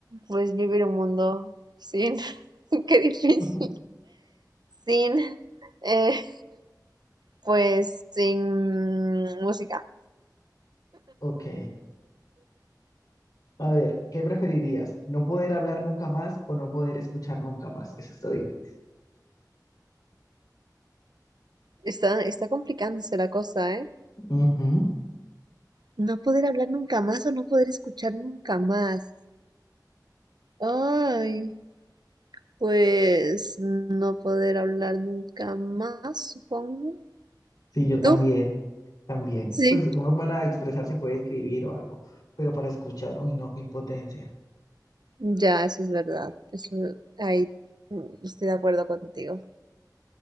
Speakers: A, on the right; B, on the left.
A: pues vivir un mundo sin. <laughs> Qué difícil.
B: <laughs>
A: Sin. eh, pues sin música.
B: Ok. A ver, ¿qué preferirías? ¿No poder hablar nunca más o no poder escuchar nunca más? Eso está difícil.
A: Está, está complicándose la cosa, ¿eh?
B: Ujú.
A: No poder hablar nunca más o no poder escuchar nunca más. Ay, pues no poder hablar nunca más, supongo.
B: Sí, yo también,
A: ¿Tú?
B: también.
A: Sí,
B: Pues uno para expresarse puede escribir o algo, pero para escuchar, uy, no, qué impotencia.
A: ya, eso es verdad. Eso, ahí mm, estoy de acuerdo contigo.